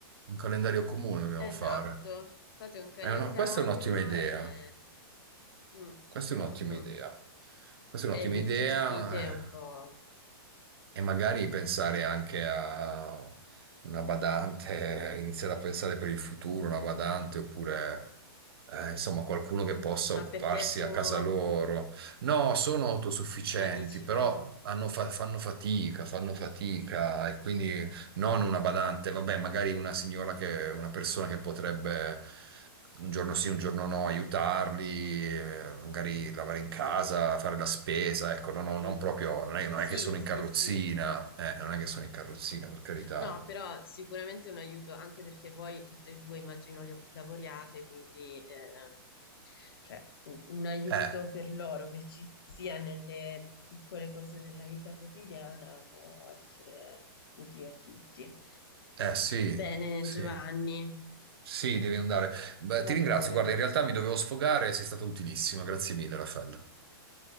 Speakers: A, on the right; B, on the left.
A: un calendario comune dobbiamo
B: Esatto,
A: fare.
B: fate un calendario
A: Eh, no, questa è un'ottima idea.
B: e... mm,
A: Questa è un'ottima
B: mm, mm.
A: idea. Questa è un'ottima
B: E vi
A: idea
B: gestite un
A: eh,
B: po'.
A: e magari pensare anche a una badante, eh, iniziare a pensare per il futuro, una badante oppure eh, insomma qualcuno che possa
B: Ma
A: occuparsi
B: perché sono...
A: a casa loro. No, sono autosufficienti,
B: Ma dici
A: però
B: che...
A: hanno fa- fanno fatica, fanno fatica e quindi non una badante, vabbè, magari una signora che, una persona che potrebbe un giorno sì, un giorno no, aiutarli, eh, magari lavare in casa, fare la spesa, ecco, non,
B: Mm.
A: non proprio, non è, non
B: Sì,
A: è che sono
B: sì,
A: in carrozzina,
B: sì.
A: eh, non è che sono in carrozzina, per carità.
B: No, però sicuramente un aiuto, anche perché voi tutte e due immagino li- lavoriate, quindi ehm, cioè, un un aiuto
A: Eh,
B: per loro che ci sia nelle piccole cose della vita quotidiana può essere utile a tutti.
A: eh, sì,
B: Bene,
A: sì.
B: Giovanni,
A: Sì, devi andare. Beh,
B: va
A: ti ringrazio.
B: bene.
A: Guarda, in realtà mi dovevo sfogare, sei stata utilissima. Grazie mille, Raffaella.